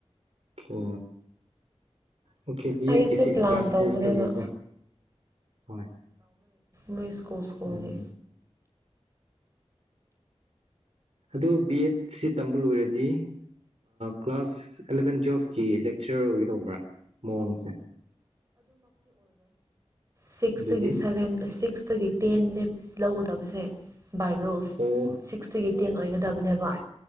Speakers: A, on the right; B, on the right.
A: ꯑ ꯑꯣꯀꯦ ꯕꯤ
B: ꯑꯩꯁꯨ
A: ꯑꯦꯠꯀꯤꯁꯤ
B: ꯄ꯭ꯂꯥꯟ
A: ꯑꯦꯟꯇ꯭ꯔꯥꯟꯁ
B: ꯇꯧꯕꯅꯦꯕ
A: ꯇꯦꯁ ꯇꯧꯋꯦꯀꯣ ꯍꯣꯏ
B: ꯃ ꯏꯁꯀꯣꯜ ꯁꯀꯣꯒꯦ
A: ꯎꯝ ꯑꯗꯨ ꯕꯤ ꯑꯦꯗꯁꯤ ꯇꯝꯕ ꯂꯣꯏꯔꯗꯤ ꯀ꯭ꯂꯥꯁ ꯑꯦꯂꯚꯦꯟ ꯇꯨꯋꯦꯜꯐꯀꯤ ꯆꯤꯔꯒ ꯇꯧꯕ꯭ꯔꯥ ꯃꯑꯣꯡꯁꯦ
B: ꯁꯤꯛꯁꯒꯤ
A: ꯑꯗꯨꯗꯤ
B: ꯁꯦꯚꯦꯟꯇ ꯁꯤꯛꯁ ꯁꯒꯤ ꯇꯦꯟ ꯗꯦ ꯂꯧꯒꯗꯕꯁꯦ ꯕꯥꯏ ꯔꯣꯜꯁ
A: ꯑꯣ
B: ꯁꯤꯛꯁꯇꯒꯤ ꯇꯦꯟ ꯑꯣꯏꯒꯗꯕꯅꯦꯕ